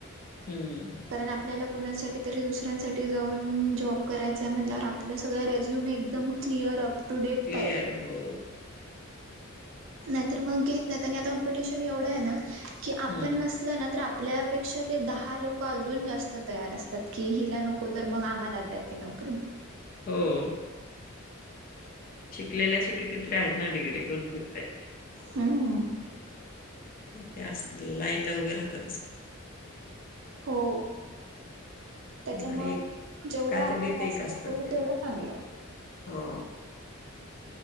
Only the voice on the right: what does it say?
कारण आपल्याला कुणासाठी तरी दुसऱ्यांसाठी जाऊन... जॉब करायचा आहे म्हणल्यावर आपलं सगळं रेझ्युम एकदम clear up to date
पाहिजे
नाहीतर मग घेत नाहीत, आणि आता कॉम्पेटिशन एवढं आहे ना की आपण
नसलं ना तर आप आपल्यापेक्षा ते दहा लोक अजून जास्त तयार असतात, की हिला नको तर मग आम्हाला द्या ती नोकरी
हम्म
हो त्याच्यामुळं
जेवढं
आपण जास्त
करू
तेवढं
चांगलं